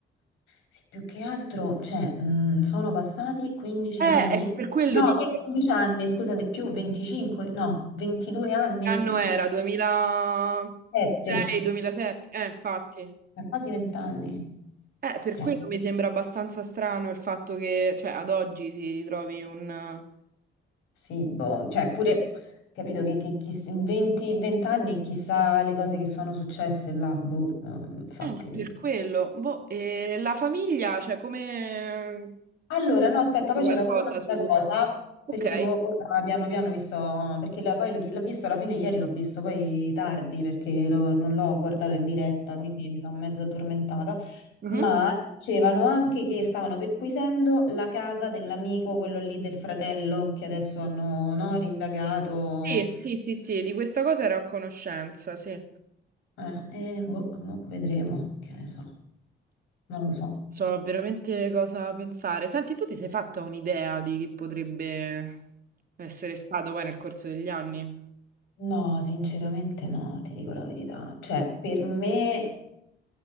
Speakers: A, on the left (about 90°); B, on the right (about 50°).
A: Sì, più che altro, cioè, mh, sono passati 15
B: Eh,
A: anni.
B: è per quello
A: No,
B: di
A: che
B: che
A: 15 anni, scusa, di più, 25, no, 22 anni,
B: anno era? 2006,
A: 17,
B: 2007? Eh, infatti.
A: quasi 20 anni.
B: Eh, per
A: Cioè,
B: quello mi sembra abbastanza strano il fatto che, cioè, ad oggi si ritrovi un...
A: sì, boh, cioè, pure, capito che, che chi- in 20, 20 anni chissà le cose che sono successe là, boh, no, infatti.
B: Eh, ma per quello. Boh, e la famiglia, cioè, come...
A: Allora, no, aspetta, poi
B: Qualcosa
A: c'era pure un'altra
B: su...
A: cosa,
B: Ok.
A: perché mo- ora piano piano mi sto... perché la- poi chi l'ha visto alla fine ieri l'ho visto poi tardi, perché lo- non l'ho guardato in diretta, quindi mi sono mezza addormentata,
B: Mhm.
A: ma dicevano anche che stavano perquisendo la casa dell'amico, quello lì del fratello, che adesso hanno, no, rindagato...
B: Sì, sì, sì, sì, di questa cosa ero a conoscenza, sì. Non
A: Eh, e boh, mo vedremo, che ne so, non lo so.
B: So veramente cosa pensare. Senti, tu ti sei fatta un'idea di chi potrebbe essere stato poi nel corso degli anni?
A: No, sinceramente no, ti dico la verità. Cioè, per me...